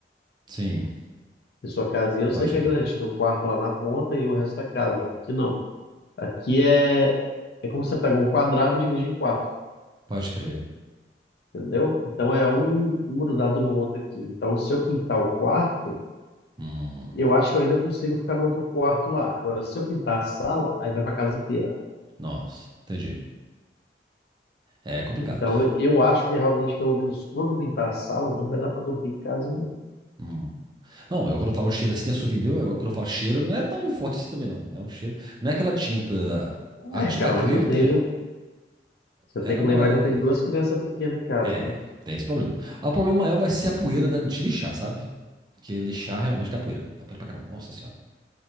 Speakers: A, on the right; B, on the left.
A: sim,
B: E sua casa, eu sei
A: pode
B: que
A: crer.
B: é grande, tem um quarto lá na ponta e o resto da casa. Aqui não. Aqui é, é como você pega um quadrado e divide em quatro.
A: Pode crer.
B: entendeu? Então é um, um grudado no outro aqui. Então, se eu pintar o quarto,
A: Hum,
B: eu acho que eu ainda consigo ficar no outro quarto lá. Agora, se eu pintar a sala, aí vai para casa inteira.
A: nossa, entendi. É complicado.
B: Então, eu eu acho que realmente, pelo menos quando pintar a sala, não vai dar para dormir em casa. não.
A: Hum. Não, mas quando eu falo cheiro assim, é souvenir, eu, quando eu falo cheiro, não é tão forte assim também, não. É um cheiro. Não é aquela tinta. A
B: É,
A: tinta
B: cara,
A: acrílica,
B: mas eu tenho. Você
A: ela
B: tem que
A: não
B: lembrar
A: é
B: que eu tenho duas crianças pequenas em casa,
A: É,
B: né?
A: tem esse problema. Ah, O problema maior vai ser a poeira da- de lixar, sabe? Porque lixar realmente dá poeira. Dá poeira pra caramba. Nossa senhora.